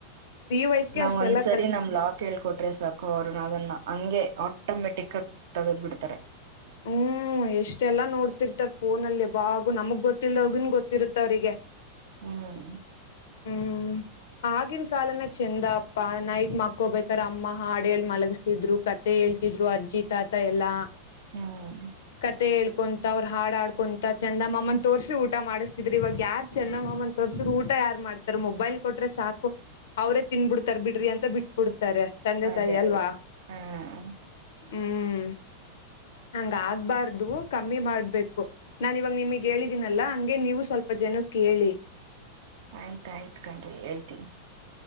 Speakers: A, on the left; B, on the right.
A: ವಯಸ್ಗೆ
B: ನಾವ್
A: ಅಷ್ಟೆಲ್ಲಾ
B: ಒಂದ್ಸರಿ
A: ಕಲ್ತ್
B: ನಮ್ ಲಾಕ್ ಹೇಳ್ಕೊಟ್ಟವಿ <unintelligible> ಸಾಕು ಅವ್ರನ್ನ ಅದನ್ನ ಹಂಗೆ ಆಟೋಮೆಟಿಕ್ ಆಗ ತದದಬಿಡ್ತಾರೆ <unintelligible>
A: ಹ್ಮ್ ಎಷ್ಟೆಲ್ಲಾ ನೋಡ್ತಿರ್ತಾರ್ ಫೋನಲ್ಲಿ ಅವಾಗು ನಮಗ್ ಗೊತ್ತಲ್ದವಗನ್ ಗೊತ್ತಿರುತ್ತ ಅವಿಗೆ <unintelligible>
B: ಹ್ಮ್ <unintelligible>
A: ಹ್ಮ್ ಆಗಿನ ಕಾಲನ ಚಂದ ಅಪ್ಪ ನೈಟ್ ಮಕ್ಕೋಬೇಕಾರ ಅಮ್ಮ ಹಾಡು ಮಲಗಸ್ತಿದ್ರು ಕತೆ ಹೇಳ್ತಿದ್ರು ಅರ್ಜಿ ತಾತ ಎಲ್ಲಾ <unintelligible>
B: ಹ್ಮ್
A: ಕತೆ ಹೇಳ್ <unintelligible> ಕೊಂತ ಅವರು ಹಾಡಾಡ್ಕೊಂತಾ ಚಂದ ಮಾಮ್ಮನ್ ತೋರ್ಸಿ ಊಟ ಮಾಡ್ತಿದ್ರಿ ಇವಾಗ ಯಾರ್ ಚಂದ ಮಾಮ್ಮನ್ ತೋರ್ಸ್ರ ಊಟ ಯಾರ್ ಮಾಡ್ತಾರ ಮೊಬೈಲ್ ಕೊಟ್ರೆ ಸಾಕು ಅವ್ರೇ ತಿನ್ಬಿಡ್ತಾರ ಬಿಡ್ರಿ ಅಂತ ಬಿಟ್ಬಿಡ್ತಾರೆ <unintelligible>
B: ಅದೇ
A: ತಾಯಿ ಅಲ್ವಾ
B: ಹಾ <unintelligible>
A: ಹ್ಮ್ <unintelligible> ಹಂಗ ಆಗ್ಬಾರ್ದು ಕಮ್ಮಿ ಮಾಡ್ಬೇಕು ನಾನ ಇವಾಗ ನಿಮಗ್ ಹೇಳಿದೀನಲ್ಲ ಹಂಗೆ ನೀವು ಸ್ವಲ್ಪ ಜನ ಕೇಳಿ <unintelligible>
B: ಆಯ್ತಾಯ್ತ ಕಣ್ರಿ ಹೇಳ್ತೀನಿ <unintelligible>